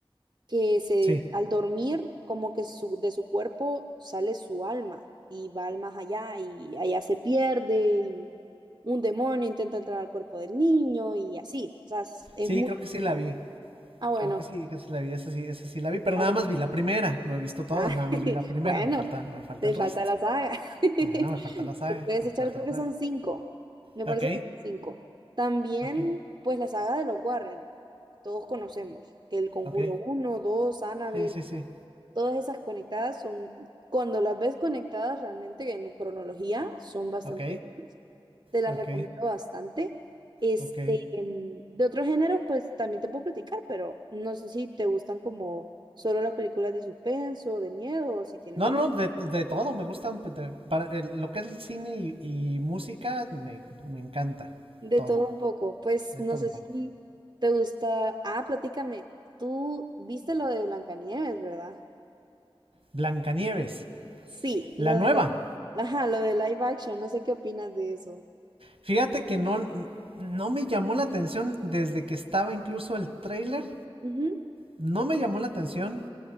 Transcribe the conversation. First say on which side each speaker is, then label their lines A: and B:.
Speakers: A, on the right; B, on the right.
A: que se,
B: Sí,
A: al dormir como que su, de su cuerpo sale su alma y va al más allá y allá se pierde un demonio intenta entrar al cuerpo del niño y así. O sea, es, es
B: sí,
A: muy
B: creo que
A: interesante.
B: sí la vi.
A: Ah, bueno.
B: Creo que sí, que sí la vi. Esa sí, esa sí la vi. Pero
A: Ah,
B: nada
A: bueno.
B: más vi la primera. No he visto todas,
A: Ah,
B: nada más
A: <laughs>
B: vi la primera.
A: bueno,
B: Me falta, me falta
A: te
B: el resto.
A: falta la saga. <laughs> Te
B: Ajá, me falta la saga.
A: puedes
B: Me
A: echar,
B: falta
A: creo
B: la
A: que
B: saga.
A: son cinco. Me
B: Ok,
A: parece que son cinco. También,
B: ok,
A: pues la saga de los Warren, todos conocemos. que El Conjuro
B: ok.
A: uno, 2, Annabelle.
B: Sí, sí, sí.
A: Todas esas conectadas son, cuando las ves conectadas realmente en cronología, son bastante
B: Ok,
A: buenas. Te las
B: ok,
A: recomiendo bastante. Este,
B: ok.
A: em, de otros géneros, pues también te puedo platicar, pero no sé si te gustan como solo las películas de suspenso, de miedo, o si tienes
B: No,
A: algo
B: no, de, de todo, me gustan. pues, de- para el- lo que es el cine y, y música, me, me encanta.
A: de
B: Todo,
A: todo un poco. Pues
B: de
A: no
B: todo
A: sé
B: un poco.
A: si te gusta. Ah, platícame. Tú viste lo de Blancanieves, ¿verdad?
B: Blancanieves,
A: Sí,
B: la
A: lo
B: nueva.
A: de la, ajá, lo de live action, no sé qué opinas de eso.
B: Fíjate que no, no me llamó la atención desde que estaba incluso el tráiler.
A: Ujú.
B: No me llamó la atención.